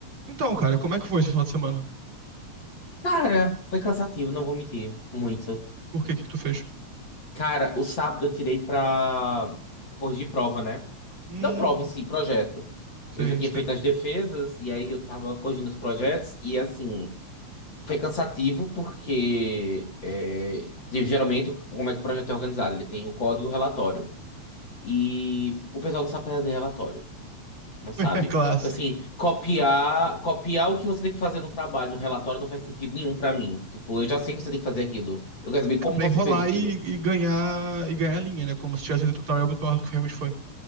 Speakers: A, on the right; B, on the left.
A: Então, cara, como é que foi esse final de semana?
B: Cara, foi cansativo, não vou mentir. Muito.
A: Por que que tu fez?
B: Cara, o sábado eu tirei pra corrigir prova, né?
A: Hum,
B: Não prova em si, projeto.
A: sim,
B: Eu já tinha
A: sim.
B: feito as defesas e aí eu tava corrigindo os projetos e assim, foi cansativo porque é, tem- geralmente como é que o projeto é organizado? Ele tem o código e o relatório. E o pessoal não sabe fazer relatório. Não sabe.
A: <laughs> É clássico.
B: Tipo Assim, copiar, copiar o que você tem que fazer no trabalho, no relatório, não faz sentido nenhum pra mim. Tipo, eu já sei que você tem que fazer aquilo. Eu quero saber como
A: É pra
B: você
A: enrolar
B: fez aquilo.
A: e, e ganhar e ganhar linha, né? Como se tivesse feito um muito maior do que realmente foi.